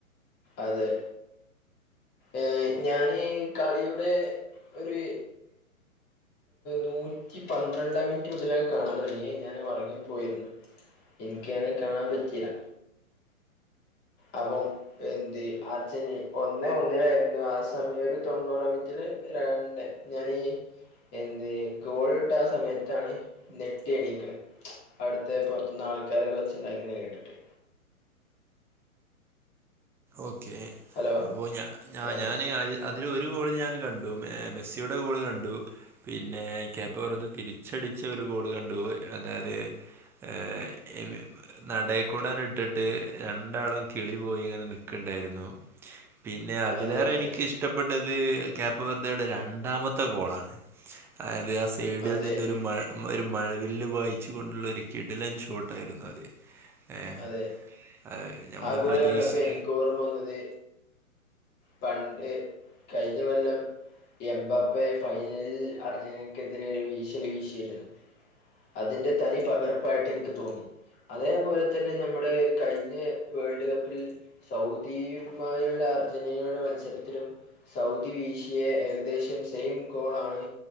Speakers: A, on the left; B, in the centre.
A: അതെ ഏ ഞാനീ കളിയുടെ ഒരി നൂറ്റിപന്ത്രണ്ടാം മിനിറ്റു മുതല്കാണാൻ തുടങ്ങി ഞാൻ ഉറങ്ങിപ്പോയി എനിക്കതു കാണാൻ പറ്റിയില്ല അപ്പം എന്തുചെയ്യും അർജന് ഒന്നേ ഒന്നേനായിരുന്നു ആ സമയം ഒരു തൊണ്ണൂറാംമിനിറ്റില് രണ്ട് ഞാനിനിയെന്തു ചെയ്യും ഗോളിട്ടയാ സമയത്താണ് ഞെട്ടിയെണീക്കണേ അവിടുത്തെ പുറത്തു നിന്നാൾക്കാരൊക്കെ വെച്ചിട്ടുണ്ടാക്കീന്ന്കേട്ടിട്ട്
B: ഓക്കേ
A: ഹലോ
B: അപ്പോ ഞങ്ങഞാനെ
A: ആ
B: ഞാന് അതിലൊരു ഗോളു ഞാനും കണ്ടു മെമെസ്സിയുടെ ഗോള്കണ്ടു പിന്നെ കേപ്പവർധ തിരിച്ചടിച്ചയൊരു ഗോളു കണ്ടു അതായത് ഏ നടയക്കൂടാനിട്ടിട്ട് രണ്ടാളും കിളിപോയിങ്ങനെ നി കണ്ടായിരുന്നു പിന്നെ അതിലേറെയെനിക്കിഷ്
A: അതെ അതെ
B: ഇഷ്ടപ്പെട്ടത് കേപ്പവർധയുടെ രണ്ടാമത്തെ ഗോളാണ് അതായത് അസ് എവിടെയോ
A: അതെ
B: നിന്നൊരു മഴ ഒരുമഴവില്ലുപായിച്ചുകൊണ്ടുള്ള ഒരു കിടിലൻ ഷോട്ടായിരുന്നു അത് ഏഹ്
A: അതെ
B: അത് നമ്മൾ
A: ആഗോളു
B: പ്രതീക്ഷി
A: കണ്ടപ്പോയെനിക്കുഓർമ്മ വന്നത് പണ്ട് കഴിഞ്ഞകൊല്ലം എംബാപ്പെ ഫൈനലിൽ അർജന്റീനക്കെതിരെയൊരു വീശുവീശിയിരുന്നു അതിന്റെതനി പകർപ്പായിട്ടെനിക്കുതോന്നി അതേപോലെ തന്നെ നമ്മുടെ കഴിഞ്ഞേ വേൾഡുകപ്പിൽസൗദിയുമായുള്ള അർജന്റീനയുടെ മത്സ ഒരിക്കലും സൗദി വീശിയഏകദേശം സെയിം ഗോളാണ്